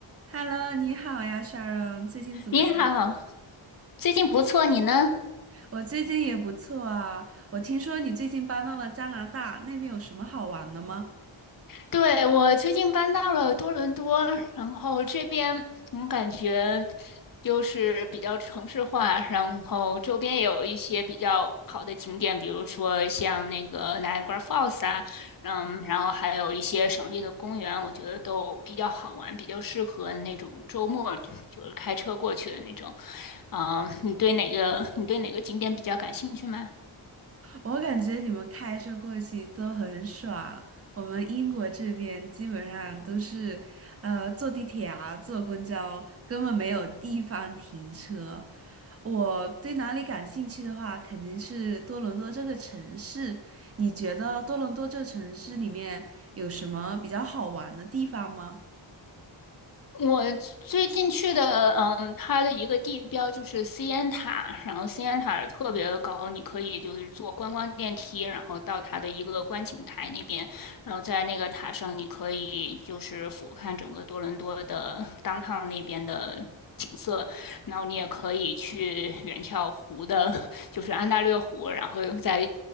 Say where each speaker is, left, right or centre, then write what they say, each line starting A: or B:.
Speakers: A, on the right; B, on the left.
A: Hello，你好呀，Sharon，最近怎么样？
B: 你好，最近不错，你呢？
A: 我最近也不错啊。我听说你最近搬到了加拿大，那边有什么好玩的吗？
B: 对，我最近搬到了多伦多，然后这边我感觉就是比较城市化，然后周边也有一些比较好的景点，比如说像那个 Niagara Falls 啊，嗯，然后还有一些省立的公园，我觉得都比较好玩，比较适合那种周末就是开车过去的那种。嗯，你对哪个你对哪个景点比较感兴趣吗？
A: 我感觉你们开车过去都很爽，我们英国这边基本上都是，呃，坐地铁啊，坐公交，根本没有地方停车。我对哪里感兴趣的话，肯定是多伦多这个城市。你觉得多伦多这个城市里面有什么比较好玩的地方吗？
B: 我最近去的，嗯，它的一个地标就是西安塔，然后西安塔特别高，你可以就是坐观光电梯，然后到它的一个观景台那边，然后在那个塔上，你可以就是俯瞰整个多伦多的 downtown 那边的景色，然后你也可以去远眺湖的，就是安大略湖，然后在